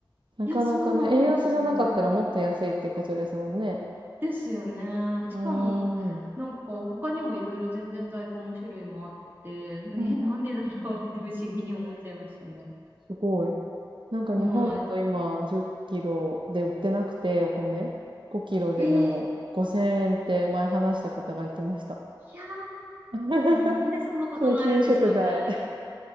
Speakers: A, on the right; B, on the right.
A: なかなかね、
B: いや、そうなんですよね。
A: 円安じゃなかったらもっと安いってことですもんね。
B: ですよね。
A: うーん。
B: しかも、
A: うん
B: なんか他にもいろいろ全然在庫も種類もあって、
A: うん。
B: え、なんでだろうって不思議に思っちゃいましたね。
A: へえすごい。なんか日本だと今10キロで売ってなくて、
B: はい。
A: お米。5キロででも5000円って前話した方が言ってました。
B: えー、いやー、
A: <laughs>
B: え、なんでそんなことになるんですかね。
A: 高級食材。